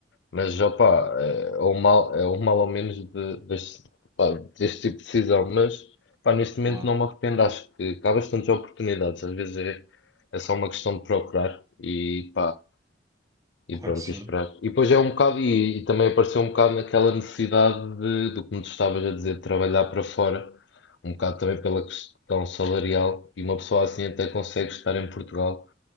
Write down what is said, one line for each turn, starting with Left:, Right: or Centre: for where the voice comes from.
Left: mas opá, é o mal, é o mal ou menos de, deste, pá, deste tipo de decisão, mas pá, neste
Right: claro,
Left: momento não me arrependo, acho que há bastantes oportunidades, às vezes é, é só uma questão de procurar e pá. E
Right: claro
Left: pronto,
Right: que sim.
Left: e esperar. E depois é um bocado, e, e também apareceu um bocado naquela necessidade de, do que me tu estavas a dizer, de trabalhar para fora, um bocado também pela questão salarial, e uma pessoa assim até consegue estar em Portugal